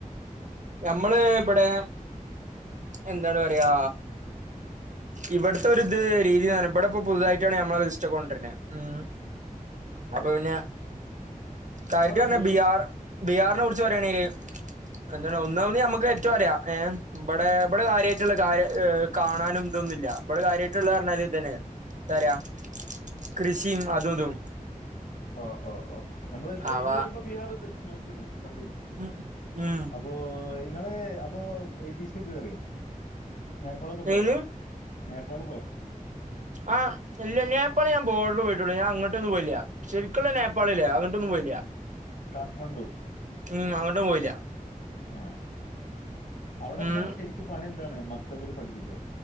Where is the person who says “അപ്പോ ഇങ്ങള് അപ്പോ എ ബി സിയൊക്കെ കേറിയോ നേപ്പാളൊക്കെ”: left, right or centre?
Left